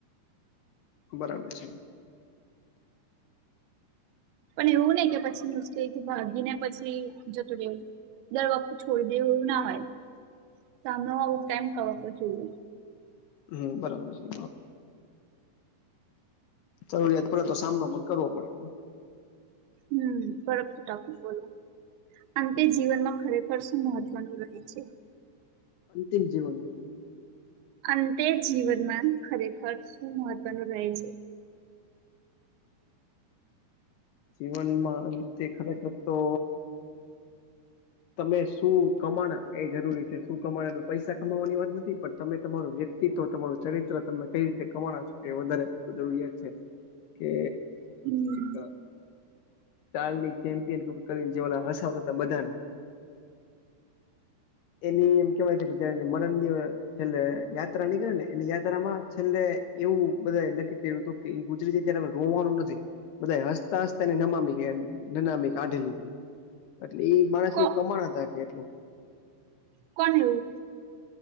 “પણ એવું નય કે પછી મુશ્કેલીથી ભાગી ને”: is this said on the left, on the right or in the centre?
Right